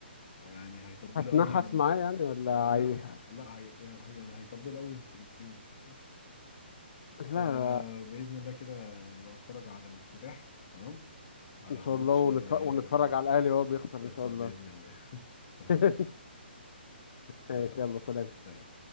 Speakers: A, on the left; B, on the left.
A: يعني هيطبلوا
B: هتنحس
A: قوي لل
B: معاه يعني ولا
A: آه
B: عاي...
A: لا لا هي يعني يعني هيطبلوا قوي للفرنسيين بس
B: <laughs> لا
A: فباذن
B: لا،
A: الله كده نبقى نتفرج على الافتتاح تمام على
B: ان شاء
A: ماتش
B: الله ونتف...
A: اه
B: ونتفرج
A: آه،
B: على الاهلي وهو بيخسر
A: يخسر
B: ان شاء الله
A: باذن الله <laughs> خلاص
B: <laughs> ماشي
A: يلا
B: يلا سلام
A: سلام